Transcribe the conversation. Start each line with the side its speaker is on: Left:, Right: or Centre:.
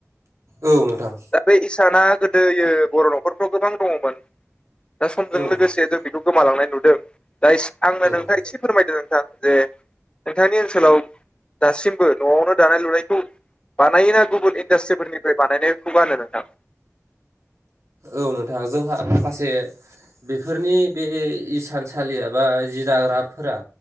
Right: औ नोंथां।
Left: दा बे इसाना गोदोयो बर' न'खरफ्राव गोबां दङ'मोन। दा समजों
Right: औ
Left: लोगोसे जों बेखौ गोमालांनाय नुदों दा इसे आंनो नोंथाङा
Right: औ
Left: एसे फोरमायदों नोंथां जे नोंथांनि ओनसोलाव दासिमबो न'आवनो दानाय लुनायखौ बानायो ना गुबुन इन्डास्ट्रिफोरनिफ्राय बानायनायखौ गानो नोंथां।
Right: औ नोंथां जोंहा माखासे बेफोरनि बे इसानसालि एबा जि दाग्राफोरा